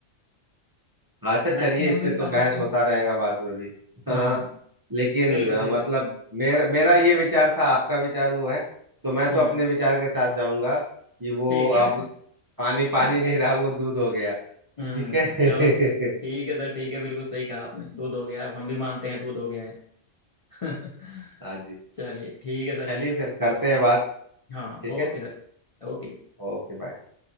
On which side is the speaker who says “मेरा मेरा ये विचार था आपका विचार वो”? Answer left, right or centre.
Right